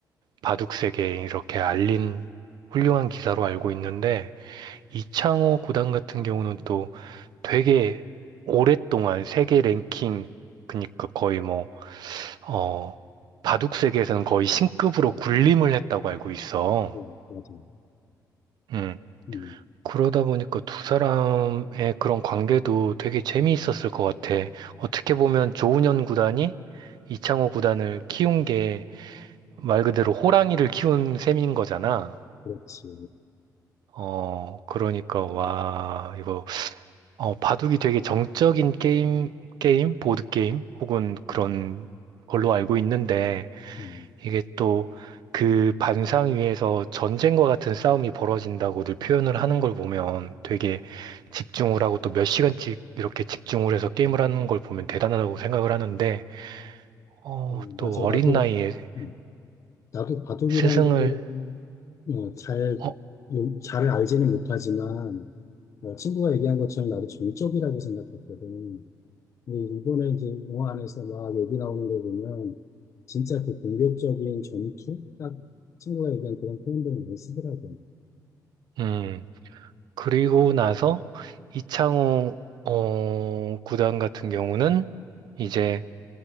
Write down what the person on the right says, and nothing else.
바둑 세계에 이렇게 알린 훌륭한 기사로 알고 있는데 이창호 구단 같은 경우는 또 되게 오랫동안 세계 랭킹 그니까 러 거의 뭐 어, 바둑 세계에서는 거의 신급으로 군림을 했다고 알고 있어.
음.
그러다 보니까 두 사람의 그런 관계도 되게 재미있었을 것 같아. 어떻게 보면 조훈현 구단이 이창호 구단을 키운 게 말 그대로 호랑이를 키운 셈인 거잖아.
어, 그러니까, 와, 이거, 어, 바둑이 되게 정적인 게임, 게임, 보드게임, 혹은 그런
걸로 알고 있는데,
이게 또 그 반상 위에서 전쟁과 같은 싸움이 벌어진다고들 표현을 하는 걸 보면 되게 집중을 하고 또 몇 시간씩 이렇게 집중을 해서 게임을 하는 걸 보면 대단하다고 생각을 하는데, 어,
또
어린 나이에
스승을,
어,
음, 그리고 나서 이창호, 어, 구단 같은 경우는 이제,